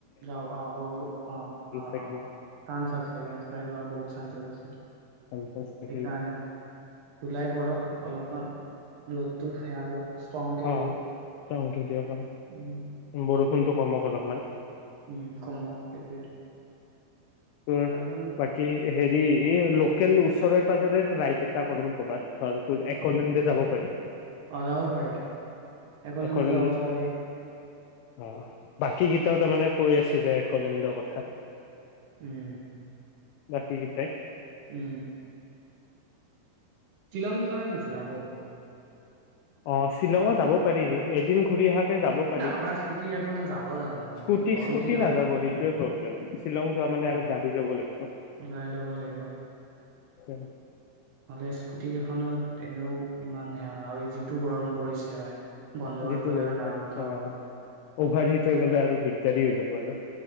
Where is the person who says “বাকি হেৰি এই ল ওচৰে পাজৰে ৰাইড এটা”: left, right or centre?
Left